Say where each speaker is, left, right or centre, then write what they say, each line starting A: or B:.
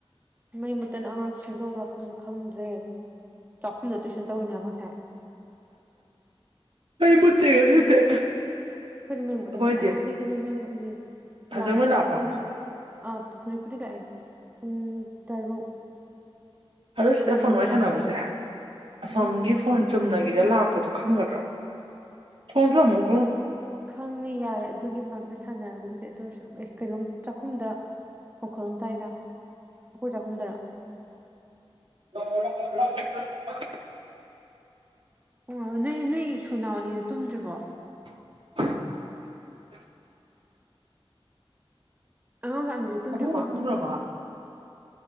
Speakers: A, on the right; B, on the right.
A: ꯃꯩ ꯃꯨꯠꯇꯅ ꯑꯉꯥꯡꯗꯨ ꯁꯦꯝꯗꯣꯛꯈ꯭ꯔꯄꯁꯨ ꯈꯪꯗ꯭ꯔꯦ ꯆꯥꯛꯈꯨꯝꯗꯣ ꯇꯨꯏꯁꯟ ꯇꯧꯋꯏꯅ ꯍꯥꯏꯕꯨꯡ ꯉꯁꯥꯏ
B: ꯃꯩ ꯃꯨꯠꯇꯦ ꯉꯁꯤꯗꯤ
A: ꯑꯩꯈꯣꯏꯗꯤ ꯃꯩ
B: ꯑꯩꯈꯣꯏꯗꯤ
A: ꯃꯨꯅꯤ ꯉꯁꯥꯏꯗꯒꯤꯅꯦ ꯃ ꯃꯨ <unintelligible>
B: ꯍꯧꯖꯤꯛ
A: ꯂꯥꯛꯄꯗꯤ
B: ꯃꯣꯏ ꯂꯥꯛꯄ
A: ꯄꯨꯡ ꯑ ꯍꯧꯖꯤꯛꯄꯨꯗꯤ ꯂꯥꯛꯑꯦ ꯄꯨꯡ ꯇꯔꯨꯛ
B: ꯍꯜꯂꯣ ꯁꯤꯗ
A: ꯈꯔ
B: ꯐꯣꯟ
A: ꯍꯦꯜꯂꯀꯥꯟꯗ
B: ꯋꯥꯔꯤ ꯁꯥꯟꯅꯕꯁꯦ ꯑꯁꯣꯝꯒꯤ
A: ꯎꯝ
B: ꯐꯣꯟ ꯆꯨꯝꯅꯒꯤꯗ ꯂꯥꯛꯄꯗꯨꯣ ꯈꯪꯒꯗ꯭ꯔꯥ ꯊꯣꯜꯂꯝꯃꯣꯏꯕꯨ
A: ꯈꯪꯅꯤ ꯌꯥꯔꯦ ꯑꯗꯨꯒꯤ ꯃꯔꯝꯗ ꯁꯥꯟꯅꯔꯣꯝ ꯆꯁꯦ ꯑꯗꯨ ꯑꯣꯏꯔꯁꯨ ꯑꯦ ꯀꯩꯅꯣꯝ ꯆꯥꯛꯈꯨꯝꯗ ꯋꯥꯜꯣꯝ ꯇꯥꯏꯗ ꯑꯩꯈꯣꯏ ꯆꯥꯛꯈꯨꯝꯗꯔ
B: <unintelligible>
A: ꯑꯣ ꯅꯣꯏ ꯅꯣꯏ ꯁꯣꯏꯅꯥꯎꯅꯤꯗꯨꯣ ꯇꯨꯝꯗ꯭ꯔꯤꯕꯣ
B: <unintelligible>
A: ꯑꯉꯥꯡꯁꯥꯛꯅꯤꯁꯦ ꯇꯨꯝꯗ꯭ꯔꯤꯕꯣ
B: ꯑꯕꯨꯡꯉꯣ ꯇꯨꯝꯒ꯭ꯔꯕꯣ